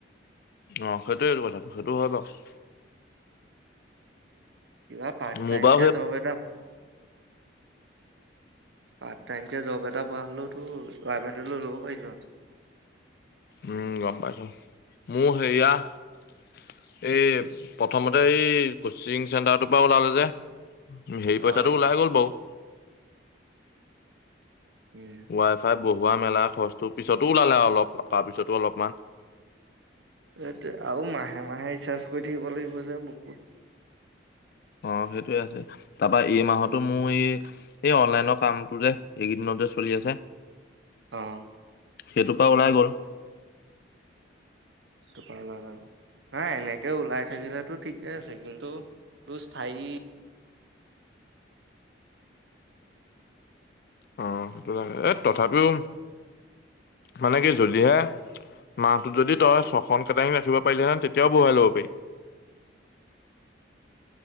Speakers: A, on the left; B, on the right.
A: অ, সেইটোৱেইটো কথাটো সেইটো হয় বাৰু।
B: কিবা পাৰ্ট
A: মোৰ
B: টাইমকে
A: বাৰু সেই
B: যব এটা পাৰ্ট টাইমকে জব এটা পোৱা হলেওঁতো, প্ৰাইভেটত লৈ ল'ব পাৰিলো হয়।
A: উম গম পাইছো। মোৰ হেৰিয়া এই প্ৰথমতে এই, কচিং চেণ্টাৰটোৰ পৰা ওলালো যে সেই
B: অ',
A: পইচাটো ওলাই গ'ল বাও।
B: উম।
A: ৱাই ফাই বহুৱা, মেলা খৰচ পিছতো ওলালে অলপ তাৰপিছতো অলপমান
B: এইটোৱে আৰু মাহে মাহে ৰিচাৰ্জ কৰি থাকিব লাগিব যে বহুত
A: অ সেইটোয়ে আছে। তাৰপা এই মাহতো মোৰ ই এই অনলাইনৰ কামটো যে! এইকেইদিনতে চলি আছে
B: অ',
A: সেইটোপা ওলাই গ'ল।
B: সেইটো পা উলাই গ'ল। নাই এনেকে ওলাই থাকিলেতো ঠিকে আছে। কিন্তু তোৰ স্থায়ী
A: অ', সেইটো লাগে। এ তথাপিও মানে কি যদিহে মাহটোত যদি তই ছখন কেটাৰিং ৰাখিব পাৰিলিহয় তেতিয়াও বহুৱাই ল'ব পাৰি।